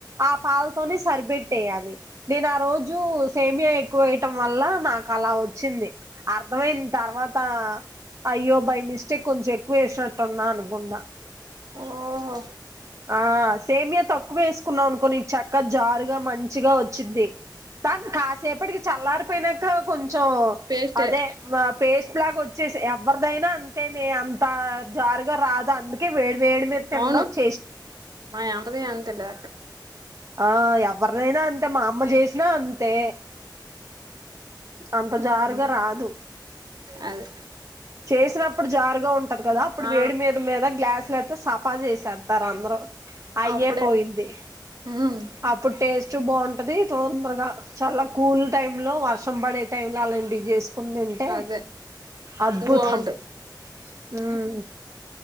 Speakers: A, on the right (about 40°); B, on the right (about 60°).
A: ఆ పాలతోనే సరిపెట్టేయాలి నేను ఆ రోజు సేమియా ఎక్కువేయటం వల్ల నాక్ అలా వచ్చింది అర్థమైంది తర్వాత అయ్యో బై మిస్టేక్ కొంచెం ఎక్కువేసినట్టున్నా అనుకుంన్నా
B: ఓహో
A: ఆ సేమియా తక్కువేస్కున్నావా అనుకో నీక్ చక్కగ్ జారుగా మంచిగా ఒచ్చిద్ధి తన్ కాసేపటికి చల్లారిపోయినంక కొంచెం
B: పేస్టే
A: అదే ఆ పేస్ట్ ట్లాగోచ్చేసయ్ ఎవరిదైనా అంతే నే అంత జారగా రాదు అందుకే వేడ్ వేడి మీద తిండం
B: అవును
A: చ్
B: మా యాంటది అంతే లే
A: ఆ ఎవరిదైనా అంతే మా అమ్మ చేసినా అంతే అంత
B: వేడిదే
A: జారుగా రాదు
B: అదే
A: చేసినప్పుడు జారుగా ఉంటది కదా అప్పుడు
B: ఆ
A: వేడి మీద మీద గ్లాస్లు సఫా చేసేత్తారు అంద్రు అయ్యే
B: అప్పుడే
A: పోయింది
B: హ్మ్
A: అప్పుడ్ టేస్ట్ బౌం టది తోందరగ చాల కూల్ టైంలో వర్షం పడే టైంలో అలాంటివ్ చేస్ కుందుంటే
B: అదే
A: అద్భుథం
B: బాగుంటది
A: హు మ్